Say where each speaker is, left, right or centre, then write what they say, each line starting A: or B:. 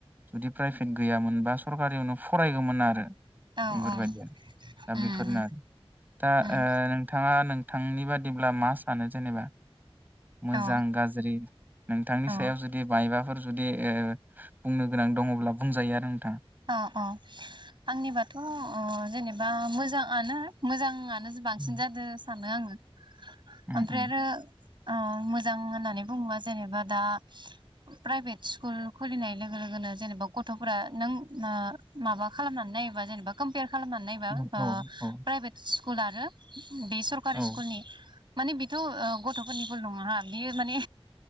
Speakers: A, on the right; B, on the right.
A: जुदि प्राइभेट गैयामोनबा सरकारियावनो फरायगौमोन आरो
B: औ
A: बेफोरबायदि
B: औ
A: आरो दा
B: उम
A: बेफोरनो आरो दा
B: उम
A: ओ‌ नोंथाङा थांनि बादिब्ला मा सानो जेनेबा? मोजां
B: औ
A: गाज्रि नोंथांनि
B: औ
A: सायाव जुदि मायबाफोर जुदि ओ बुंनो गोनां दङब्ला बुंजायो आरो नोंथां।
B: औ औ आंनिबाथ' ओ जेनेबा मोजाङानो मोजाङानो बांसिन
A: उम
B: जादो सान आङो
A: उम
B: ओमफ्राय आरो अ मोजां होननानै बुङोबा जेनेबा दा प्राइभेट स्कुल खुलिनाय लोगो लोगोनो जेनेबा गथ'फोरा नों माबा खालामनानै नायोबा जेनेबा कम्पयार खालामनानै नायबा
A: उम
B: ओ
A: उम
B: प्राइभेट फ्कग स्कुल आरो बे सरकारि
A: औ
B: स्कुलनि माने बेथ' गथ'फोरनिबोल नङा बियो माने